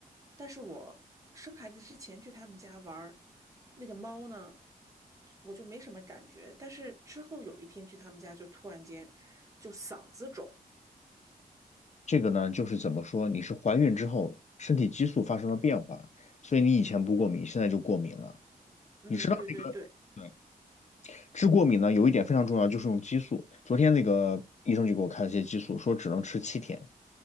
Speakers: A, on the right; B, on the left.
A: 但是我生孩子之前去他们家玩儿，那个猫呢，我就没什么感觉，但是之后有一天去他们家，就突然间就嗓子肿，
B: 这个呢，就是怎么说，你是怀孕之后身体激素发生了变化，所以你以前不过敏，现在就过敏了。
A: 嗯，
B: 你知道这个，
A: 对对对，
B: 对，治过敏呢有一点非常重要，就是用激素。昨天那个医生就给我开了些激素，说只能吃七天，